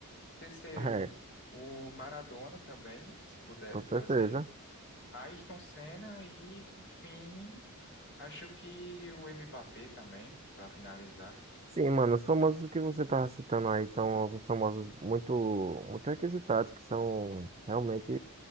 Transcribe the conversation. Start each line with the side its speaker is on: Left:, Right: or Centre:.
Left: Terceiro,
Right: É,
Left: o Maradona também, se pudesse
Right: com certeza.
Left: trazer. Ayrton Senna e, por fim, acho que o Mbappé também, pra finalizar.
Right: Sim, mano, os famosos que você tá citando aí são alguns famosos muito, muito requisitados, que são realmente